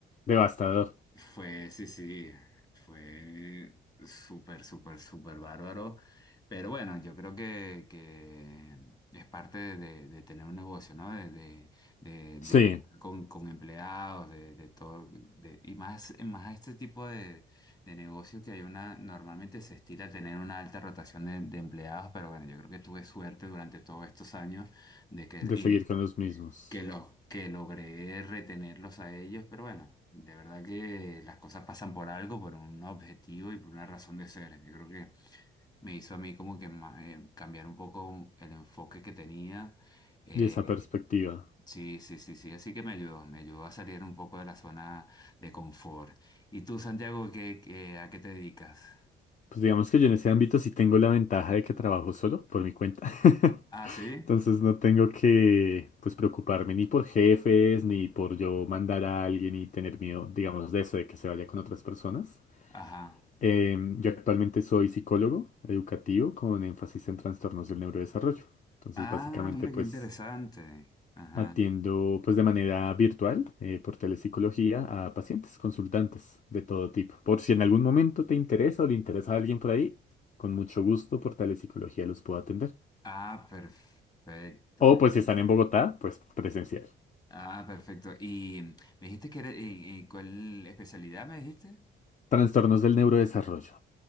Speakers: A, on the left (about 40°); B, on the left (about 20°).
A: Devastador.
B: Fue, sí, sí, fue súper, súper, súper bárbaro. Pero bueno, yo creo que, que es parte de, de tener un negocio, ¿no? De, de, de, de
A: Sí,
B: trabajar con, con empleados, de, de todo, de, y más, más a este tipo de, de negocio que hay una, normalmente se estila a tener una alta rotación de, de empleados, pero bueno, yo creo que tuve suerte durante todos estos años de que,
A: de seguir con los mismos.
B: que los que logré retenerlos a ellos, pero bueno, de verdad que las cosas pasan por algo, por un objetivo y por una razón de ser. Yo creo que me hizo a mí como que ma- eh, cambiar un poco el enfoque que tenía. Eh,
A: Y esa perspectiva.
B: sí, sí, sí, sí, así que me ayudó, me ayudó a salir un poco de la zona de confort. ¿Y tú, Santiago, qué, qué- a qué te dedicas?
A: Pues digamos que yo en ese ámbito sí tengo la ventaja de que trabajo solo por mi cuenta. <laughs>
B: Ah, sí,
A: Entonces no tengo que pues preocuparme ni por jefes, ni por yo mandar a alguien y tener miedo, digamos, de eso, de que se vaya con otras personas.
B: ajá.
A: Em, yo actualmente soy psicólogo educativo con énfasis en trastornos del neurodesarrollo. Entonces,
B: Ah,
A: básicamente,
B: mira
A: pues
B: qué interesante. Ajá.
A: atiendo pues de manera virtual eh, por telepsicología a pacientes, consultantes de todo tipo. Por si en algún momento te interesa o le interesa a alguien por ahí, con mucho gusto por telepsicología los puedo atender.
B: Ah, perfecto.
A: O pues
B: Genial.
A: si están en Bogotá, pues presencial.
B: Ah, perfecto. Y me dijiste que era, ¿en- en ¿cuál especialidad me dijiste?
A: Trastornos del neurodesarrollo.